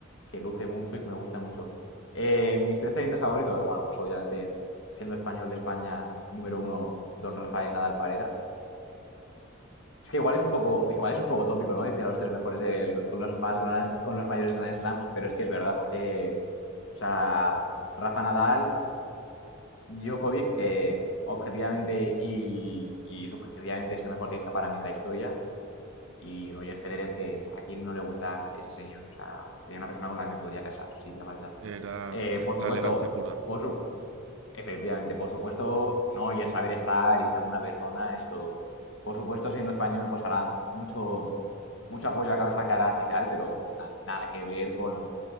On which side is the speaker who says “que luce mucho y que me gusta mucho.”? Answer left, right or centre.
Left